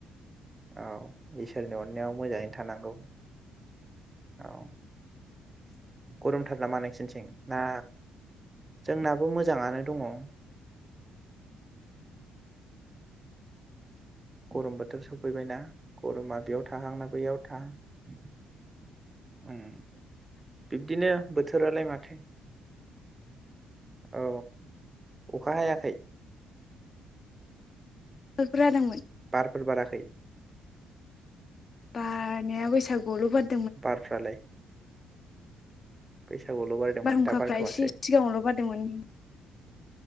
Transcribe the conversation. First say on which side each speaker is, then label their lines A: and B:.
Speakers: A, on the right; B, on the left.
A: औ इसोरनि अननायाव मोजाङै थानांगौ औ। गरुमथार नामा नोंसिनिथिं? ना जोंनाबो मोज जाङानो दङ औ। गरम बोथोर सफैबायना गरमा बेयाव थाहां ना बैयाव थाहां। उम बिब्दिनो बोथोरालाय माथो औ अखा हायाखै?
B: जादोंमोन
A: बारफोर बाराखै?
B: बारनाया बैसागुआवल' बार
A: बारफ्राला लाय <inaudible> बारदोंमोन
B: बारहुंखाफ्रा
A: दा बारथ'वासै
B: एसे सिगाङावल' बारदोंमोन।